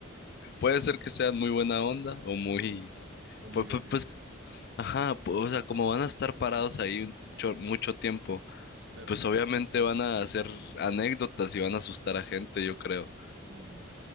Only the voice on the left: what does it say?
puede ser que sean muy buena onda o muy,
pues, pues,
pues, ajá, pu- o sea, como van a estar parados ahí un cho- mucho tiempo,
pues obviamente van a hacer anécdotas y van a asustar a gente, yo creo.